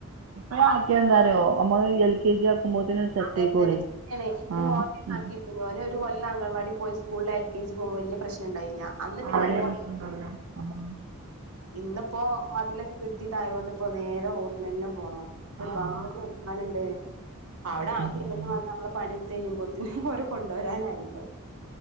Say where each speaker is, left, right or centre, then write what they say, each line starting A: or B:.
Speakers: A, on the right (about 70°); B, on the right (about 85°).
A: ഇപ്പൊ ആക്കിയ എന്താറയോ നമ്മള് എൽ കെ ജി ആക്കുമ്പോത്തിന് സെറ്റ്
B: അതെ
A: ആയിക്കോളേ
B: അതെ ശരി ആണ് ഇന്റെ
A: ആഹ്
B: മോൻ
A: ഉം
B: ആക്കി മോനെ ഒരു കൊല്ലം അങ്കണവാടി പോയി സ്കൂളിൽ എൽ കെ ജി പോകുമ്പോ വല്ല്യ പ്രശ്നം ഉണ്ടായില്ല അന്ന്
A: ആ
B: പിന്നെ
A: വല്യ
B: പോ
A: പ്രശ്നം ഉണ്ടാവൂല ആഹ്
B: ഇന്നിപ്പോ മതിലൊക്കെ കെ ട്ടി തായോഡ് ഇപ്പൊ നേരെ റോട്ടിനന്നെ പോണോ ഒരുപാട്
A: ആഹ്
B: നടക്കാനുണ്ട് അവിടെ
A: അത്
B: ആക്കി
A: ശരിയാണ്
B: ഇങ്ങോട്ട് വന്ന് നമ്മള് പണിയെടുത്ത് കഴിയുമ്പോത്തേനും ഓര കൊണ്ടരാനായിണ്ടാവും